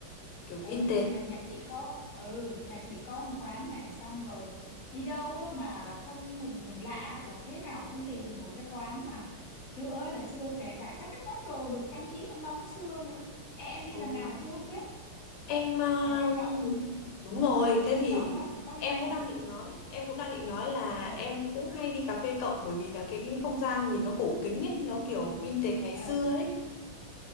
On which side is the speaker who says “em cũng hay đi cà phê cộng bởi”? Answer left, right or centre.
Left